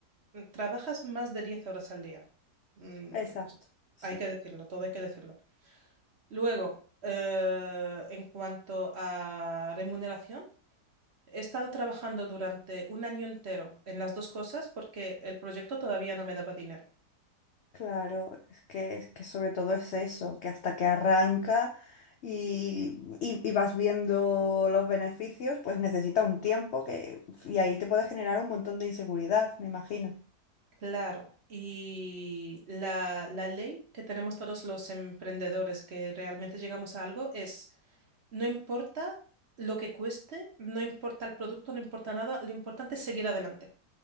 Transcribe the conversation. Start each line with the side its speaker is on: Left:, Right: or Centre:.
Right: Mm, trabajas más de 10 horas al día. Mm,
Left: Exacto,
Right: pues,
Left: sí.
Right: hay que decirlo, todo hay que decirlo. Luego, eh, en cuanto a remuneración. He estado trabajando durante un año entero en las dos cosas porque el proyecto todavía no me daba dinero.
Left: Claro, es que, es que sobre todo es eso, que hasta que arranca y, y- y vas viendo los beneficios, pues necesita un tiempo que, y ahí te puede generar un montón de inseguridad, me imagino.
Right: Claro, y la, la ley que tenemos todos los emprendedores que realmente llegamos a algo es, no importa lo que cueste, no importa el producto, no importa nada, lo importante es seguir adelante.